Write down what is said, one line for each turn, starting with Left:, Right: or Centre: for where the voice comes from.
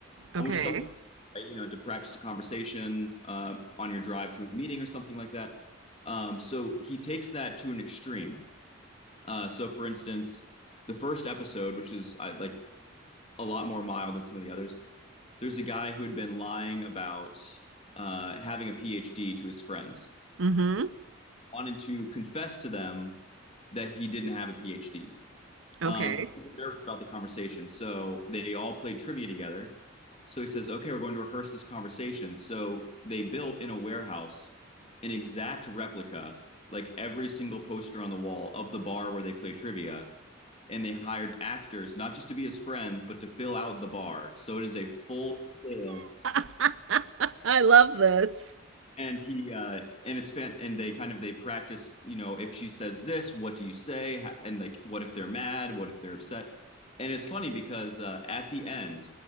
Right: Okay.
Left: um, which is something right, you know to practice a conversation uh, on your drive to a meeting or something like that. Um, so he takes that to an extreme. Uh, so for instance, the first episode, which is uh, like a lot more mild than some of the others, there's a guy who had been lying about uh, having a PhD to his friends,
Right: Mm-hmm.
Left: wanted to confess to them that he didn't have a PhD.
Right: Okay.
Left: Um, nervous about the conversation. So they all played trivia together. So he says, okay, we're going to rehearse this conversation. So they built in a warehouse an exact replica, like every single poster on the wall of the bar where they play trivia. And they hired actors, not just to be his friends, but to fill out the bar. So it is a full scale
Right: <laughs> I love this.
Left: and he uh and it's fan and they kind of they practice you know if she says this what do you say Ha- and like what if they're mad what if they're upset and it's funny because uh at the end